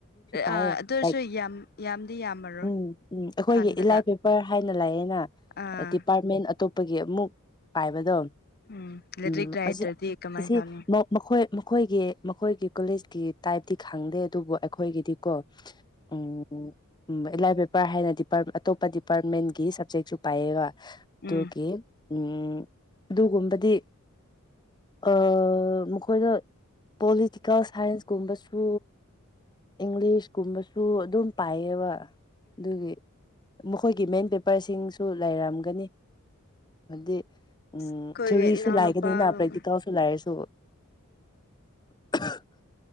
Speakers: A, on the left (about 20°); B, on the left (about 45°).
A: ꯄꯥꯏꯑ
B: ꯑꯥ ꯑꯗꯨ ꯑꯣꯏꯔꯁꯨ
A: ꯂꯥꯏ
B: ꯌꯥꯝ ꯌꯥꯝꯗꯤ ꯌꯥꯝꯃꯔꯣꯏ
A: ꯎꯝ ꯎꯝ ꯑꯩꯈꯣꯏꯒꯤ
B: ꯈꯟꯕꯗ
A: ꯏꯂꯥꯏ ꯄꯦꯄꯔ ꯍꯥꯏꯅ ꯂꯥꯛꯑꯦꯅ
B: ꯑꯥ
A: ꯗꯤꯄꯥꯔꯠꯃꯦꯟ ꯑꯇꯣꯞꯄꯒꯤ ꯑꯃꯨꯛ ꯄꯥꯏꯕꯗꯣ
B: ꯎꯝ ꯂꯥꯏꯔꯤꯛ
A: ꯎꯝ
B: ꯂꯩꯇ꯭ꯔꯗꯤ
A: ꯑꯁꯤ
B: ꯀꯃꯥꯏꯅ
A: ꯑꯁꯤ
B: ꯇꯧꯅꯤ
A: ꯃꯈꯣꯏ ꯑꯩꯈꯣꯏꯒꯤ ꯃꯈꯣꯏꯒꯤ ꯀꯣꯂꯦꯖꯀꯤ ꯇꯥꯏꯞꯇꯤ ꯈꯪꯗꯦ ꯑꯗꯨꯕꯨ ꯑꯩꯈꯣꯏꯒꯤꯗꯤ ꯀꯣ ꯎꯝ ꯎꯝ ꯏꯂꯥꯏ ꯄꯦꯄꯔ ꯍꯥꯏꯅ ꯗꯤꯄꯥꯔꯠ ꯑꯇꯣꯞꯄ ꯗꯤꯄꯥꯔꯠꯃꯦꯟꯒꯤ ꯁꯞꯖꯦꯛꯁꯨ ꯄꯥꯏꯑꯒ ꯑꯗꯨꯒꯤ
B: ꯎꯝ ꯎꯝ
A: ꯎꯝ ꯑꯗꯨꯒꯨꯝꯕꯗꯤ ꯑ ꯃꯈꯣꯏꯅꯣꯂꯤ ꯀꯀꯦꯜ ꯁꯥꯏꯟꯁꯀꯨꯝꯕꯁꯨ ꯏꯪꯂꯤꯁꯀꯨꯝꯕꯁꯨ ꯑꯗꯨꯝ ꯄꯥꯏꯌꯦꯕ ꯑꯗꯨꯒꯤ ꯃꯈꯣꯏꯒꯤ ꯃꯦꯟ ꯄꯦꯄꯔꯁꯤꯡꯁꯨ ꯂꯩꯔꯝꯒꯅꯤ ꯍꯥꯏꯗꯤ ꯎꯝ
B: ꯑꯩꯈꯣꯏꯒꯤ
A: ꯊꯤꯑꯣꯔꯤꯁꯨ
B: ꯏꯅꯥꯎꯅꯨꯄꯥꯒ
A: ꯂꯥꯏꯒꯅꯤꯅ ꯄ꯭ꯔꯦꯛꯇꯤꯀꯦꯜꯁꯨ
B: ꯎꯝ
A: ꯂꯥꯏꯔꯁꯨ ꯊ <inaudible>